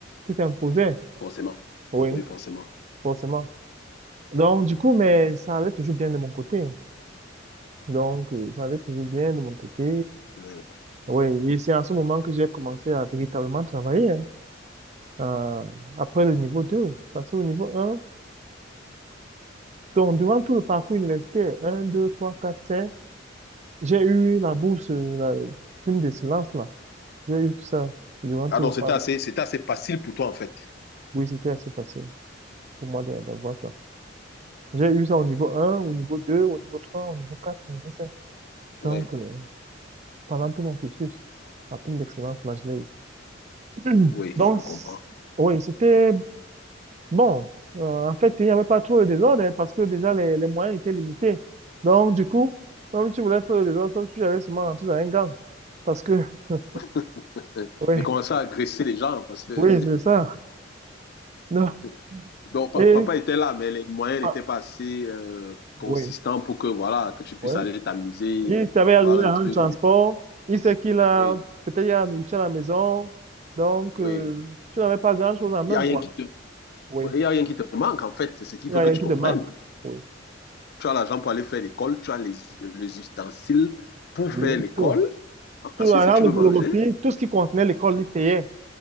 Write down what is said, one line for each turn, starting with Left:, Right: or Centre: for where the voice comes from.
Right: qui s'imposait.
Left: forcément.
Right: Oui,
Left: Oui, forcément.
Right: forcément. Donc, du coup, mais ça allait toujours bien de mon côté. Donc, euh, ça allait toujours bien de mon côté.
Left: Oui.
Right: Oui, et c'est à ce moment que j'ai commencé à véritablement travailler, hein, euh, après le niveau 2. Parce qu'au niveau 1, donc, durant tout le parcours universitaire, 1, 2, 3, 4, 5, j'ai eu la bourse, euh, la prime de silence, J'ai eu ça durant
Left: Ah
Right: tout
Left: donc,
Right: le parc.
Left: c'était assez, c'était assez facile pour toi, en fait.
Right: Oui, c'était assez facile pour moi de- d'avoir ça. J'ai eu ça au niveau un au niveau deux au niveau trois au niveau quatre au niveau cinq
Left: Oui,
Right: Donc, euh, pendant tout mon cursus, la prime d'excellence, là, je l'ai eu.
Left: oui,
Right: <clears throat> Donc,
Left: je comprends.
Right: c- oui, c'était bon. Euh, en fait, il n'y avait pas trop de désordre hein, parce que déjà, les, les moyens étaient limités. Donc, du coup, comme tu voulais faire le désordre, sauf que tu avais seulement rentrer dans un gang. Parce que, <laughs>
Left: <laughs>
Right: oui,
Left: J'ai commencé à agresser les gens parce que
Right: oui, c'est ça. Non.
Left: <laughs> donc, pa-
Right: Et,
Left: papa était là, mais les moyens n'étaient
Right: ah,
Left: pas assez euh, consistants
Right: oui,
Left: pour que, voilà, que tu puisses
Right: oui,
Left: aller t'amuser,
Right: Il savait arriver
Left: boire un
Right: à
Left: truc.
Right: un transport. Il sait qu'il a,
Left: Oui,
Right: peut-être il y a la nourriture à la maison. Donc,
Left: oui.
Right: euh, tu n'avais pas grand-chose en main,
Left: Il n'y a rien
Right: quoi.
Left: qui te...
Right: Oui.
Left: Il y a rien qui te manque, en fait. C'est ce qu'il
Right: Il n'y
Left: faut
Right: a
Left: que
Right: rien
Left: tu
Right: qui
Left: comprennes.
Right: te manque. Oui.
Left: tu as l'argent pour aller faire l'école, tu as les, les ustensiles pour
Right: Oui.
Left: faire l'école.
Right: Tout. Tout,
Left: Ensuite,
Right: la
Left: si
Right: grande
Left: tu veux
Right: photocopie,
Left: manger,
Right: tout ce qui contenait l'école, il payait.